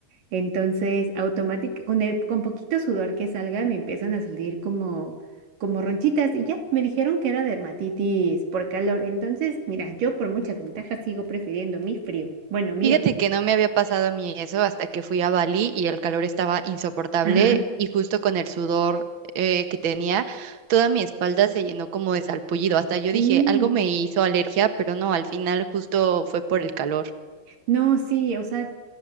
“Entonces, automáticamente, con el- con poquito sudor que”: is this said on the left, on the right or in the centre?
Right